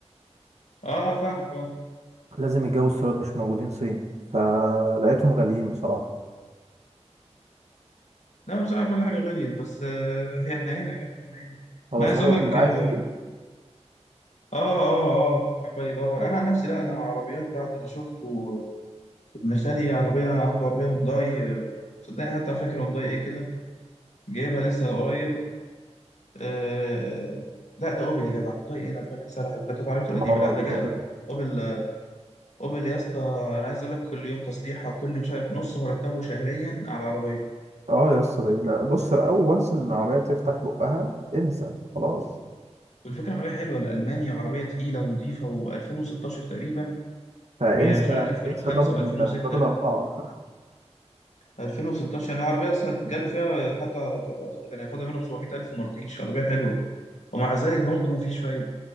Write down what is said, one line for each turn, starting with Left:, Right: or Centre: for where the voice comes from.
Left: اه فاهم اه
Right: لازم يتجابوا استيراد مش موجودين صيني فلقيتهم غاليين بصراحة
Left: لا بصراحه كل حاجه غليت بس آه هي احنا هنا يا جدع احنا هنا
Right: هو
Left: انا
Right: صاحبك
Left: عايز اقول لك
Right: اللي عايز
Left: اه
Right: يجيب
Left: اه اه عمال يدور انا عن نفسي لا انا عربيات بعد اللي شفته آه، ابن خالي عربيه عنده عربيه هونداي آه، صدقني حتى فاكر هونداي ايه كده جايبها لسه قريب آه لا ده اوبل يا جدع هونداي ايه انا دماغي سرحت ده كانت عربيته القديمه
Right: اه
Left: لا
Right: الأوبن
Left: ده جاء اوبل آه، اوبل يا اسطى انا عايز اقول لك كل يوم تصليحه كل مش عارف نص مرتبه شهريا على العربيه
Right: اه يا اسطى ده- لا بص أول وانس إن العربية تفتح بقها انسى خلاص
Left: والفكرة عربية حلوة لألمانيا عربية تقيلة ونظيفة و2016 تقريبا
Right: فانسى
Left: يعني مش هقول لك 2005
Right: انسى دبل
Left: أو 2006
Right: دبل أربعة
Left: لا 2016 يعني العربية أصلا جاله فيها حتى كان هياخدها منه ب 700000 وما رضيش عربية حلوة ومع ذلك برضه مفيش فايدة